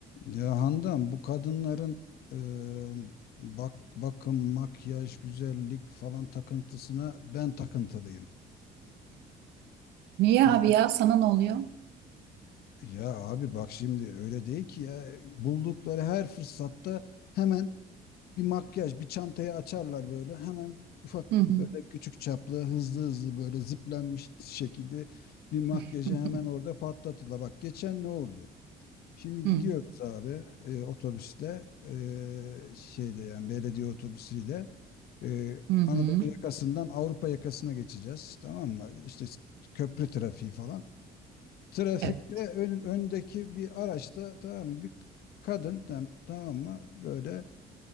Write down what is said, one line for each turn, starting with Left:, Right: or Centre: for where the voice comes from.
Left: Ya Handan bu kadınların e, bak bakım, makyaj, güzellik falan takıntısına ben takıntılıyım.
Right: Niye
Left: Ya
Right: abi ya? Sana ne oluyor?
Left: ya abi bak şimdi öyle değil ki ya buldukları her fırsatta hemen bir makyaj, bir çantayı açarlar böyle hemen ufak
Right: Hı hı.
Left: böyle küçük çaplı hızlı hızlı böyle ziplenmiş şekilde bir makyajı
Right: <laughs>
Left: hemen orada patlatırlar. Bak geçen ne oldu? Şimdi
Right: Hı
Left: gidiyoruz abi e, otobüsle e, şeyde yani belediye otobüsüyle. Ee,
Right: hı. hı.
Left: Anadolu yakasından Avrupa yakasına geçeceğiz. Tamam mı? İşte köprü trafiği falan. Trafikte
Right: Evet.
Left: ön, öndeki bir araçta tamam mı? Bir kadın tam- tamam mı? Böyle